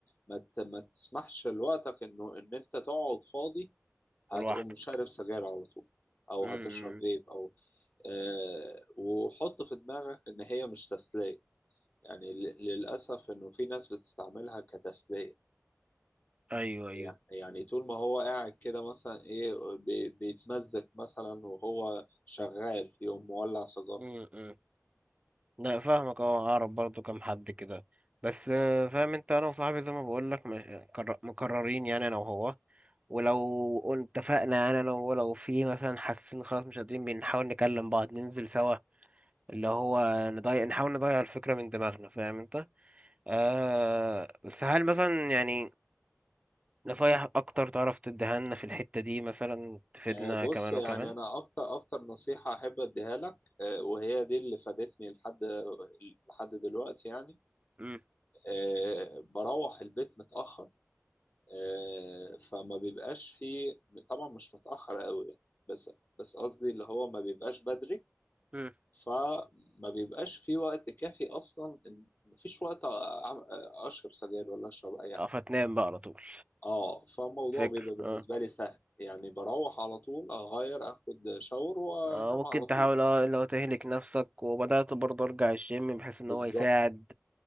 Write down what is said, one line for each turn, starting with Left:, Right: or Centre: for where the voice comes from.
Left: ما, ت... ما تسمحش لوقتك إنه إن أنت تقعد فاضي
Right: والواحده
Left: هتقوم شارب سجاير على طول أو
Right: امم
Left: هتشرب فيب أو أه وحط في دماغك إن هي مش تسلية يعني ل- للأسف إنه في ناس بتستعملها كتسلية
Right: ايوه ايوه
Left: يع- يعني طول ما هو قاعد كده مثلا إيه بي- بيتمزج مثلا وهو شغال يقوم مولع سيجارة
Right: م- م. لا فاهمك اه اعرف برضو كام حد كده بس آه، فاهم انت انا وصاحبي زي ما بقول لك مكررين يعني انا وهو ولو قل- اتفقنا يعني انا وهو لو في مثلا حاسين خلاص مش قادرين بنحاول نكلم بعض ننزل سوا اللي هو نضيع نحاول نضيع الفكرة من دماغنا فاهم انت آه
Left: مم.
Right: بس هل مثلا يعني نصايح اكتر تعرف تديها لنا في الحتة دي مثلا تفيدنا
Left: آه، بص
Right: كمان
Left: يعني
Right: وكمان
Left: أنا أكتر أكتر نصيحة أحب أديها لك آه، وهي دي اللي فادتني لحد لحد دلوقتي يعني
Right: امم
Left: آه، بروح البيت متأخر آه، فما بيبقاش فيه طبعا مش متأخر قوي يعني بس بس قصدي اللي هو ما بيبقاش بدري
Right: امم
Left: فما بيبقاش في وقت كافي اصلا إن- مفيش وقت أع- اشرب سجاير ولا اشرب اي
Right: اه
Left: حاجه
Right: فتنام بقى على طول
Left: اه فالموضوع
Right: فكر
Left: بيبقى بالنسبه
Right: آه.
Left: لي سهل يعني بروح على طول اغير اخد شاور وانام
Right: آه، ممكن
Left: على
Right: تحاول
Left: طول
Right: اه لو تهلك نفسك وبدأت برضه ارجع الجيم بحيث ان
Left: بالظبط
Right: هو يساعد